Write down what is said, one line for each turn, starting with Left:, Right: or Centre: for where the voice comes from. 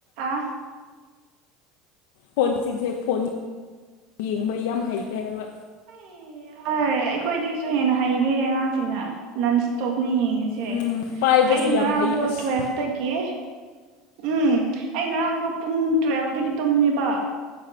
Right: ꯑꯥ
Left: ꯐꯣꯟꯁꯤꯡꯁꯦ ꯐꯣꯟ ꯌꯦꯡꯕ ꯌꯥꯝ ꯍꯩꯈ꯭ꯔꯦ ꯍꯥꯏꯕ
Right: ꯑꯩ ꯑꯩꯈꯣꯏꯗꯒꯤꯁꯨ ꯍꯦꯟꯅ ꯍꯩꯈ꯭ꯔꯦ ꯑꯉꯥꯡꯁꯤꯡꯅ ꯅꯟꯁꯇꯣꯞꯅꯦ ꯌꯦꯡꯉꯤꯁꯦ
Left: ꯎꯝ
Right: ꯁꯦ
Left: ꯄꯥꯏꯕꯁꯨ
Right: ꯑꯩ
Left: ꯌꯥꯝ
Right: ꯉꯔꯥꯡꯗꯣ
Left: ꯍꯩ ꯑꯁ
Right: ꯇꯨꯋꯦꯞꯇꯥꯒꯤ ꯎꯝ ꯑꯩ ꯉꯔꯥꯡꯗꯣ ꯄꯨꯡ ꯇꯨꯋꯦꯜꯞꯇꯗꯒꯤ ꯇꯨꯝꯕꯅꯦꯕ